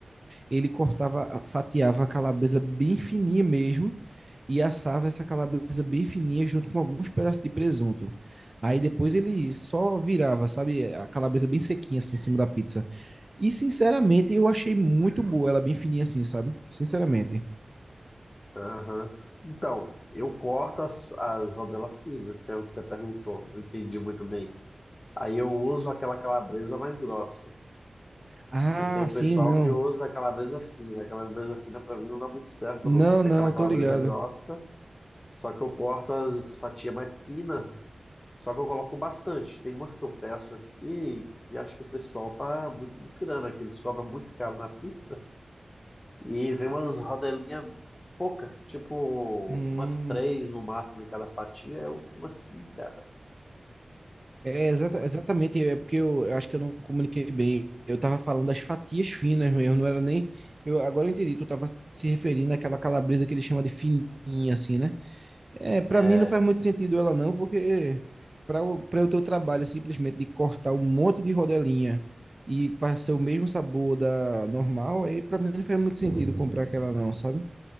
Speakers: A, on the right; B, on the left.
A: ele cortava, fatiava a calabresa bem fininha mesmo e assava essa calabresa bem fininha junto com alguns pedaços de presunto. Aí depois ele só virava, sabe, a calabresa bem sequinha assim em cima da pizza. E sinceramente eu achei muito boa, ela bem fininha assim, sabe? Sinceramente.
B: Aham. Então, eu corto as, as rodelas finas, se é o que você perguntou. Não entendi muito bem. Aí eu uso aquela calabresa mais grossa.
A: Ah,
B: E tem o
A: sim,
B: pessoal
A: não.
B: que usa a calabresa fina. A calabresa fina pra mim não dá muito certo,
A: Não,
B: não. Tem que ser
A: não,
B: aquela calabresa
A: tô ligado.
B: grossa. Só que eu corto as fatias mais finas. Só que eu coloco bastante. Tem umas que eu peço aqui que acho que o pessoal tá muito muquirana, aqui. eles cobram muito caro na pizza. E vem umas rodelinhas pouca, tipo
A: Hum,
B: umas três no máximo de cada fatia, é uma sim, cara.
A: é exata,
B: É muito.
A: exatamente, é porque eu, eu acho que eu não comuniquei bem. Eu tava falando das fatias finas mesmo, não era nem. Eu, agora eu entendi, tu tava se referindo àquela calabresa que ele chama de fininha, assim, né? É, para
B: É,
A: mim não faz muito sentido ela não, porque para o pra o teu trabalho simplesmente de cortar um monte de rodelinha e para ser o mesmo sabor da normal, aí para mim não faz muito sentido comprar aquela não, sabe?